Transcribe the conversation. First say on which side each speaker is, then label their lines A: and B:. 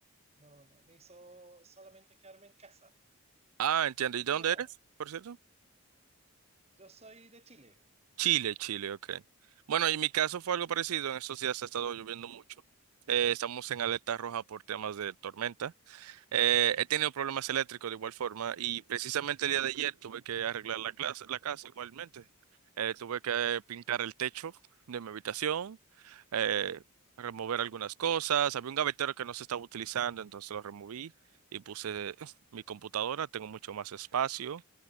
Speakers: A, on the right (about 30°); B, on the right (about 85°).
A: no, no, me hizo solamente quedarme en casa.
B: Ah, entiendo. ¿Y
A: ¿Y
B: de
A: tú
B: dónde
A: qué tal?
B: eres, por cierto?
A: Yo soy de Chile,
B: Chile, Chile, ok. Bueno, en mi caso fue algo parecido. En estos días ha estado lloviendo mucho. Eh, estamos en alerta roja por temas de tormenta. Eh, he tenido problemas eléctricos de igual forma y precisamente el día de ayer tuve que arreglar la clase, la casa igualmente. Eh, tuve que pintar el techo de mi habitación, eh, remover algunas cosas. Había un gavetero que no se estaba utilizando, entonces lo removí y puse <laughs> mi computadora. Tengo mucho más espacio